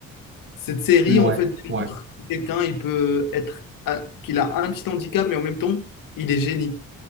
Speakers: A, on the left; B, on the right.
A: Cette série,
B: Mhm. Ouais,
A: en fait, démontre
B: ouais,
A: que quelqu'un, il peut être, à- qu'il a un petit handicap, mais en même temps, il est génie,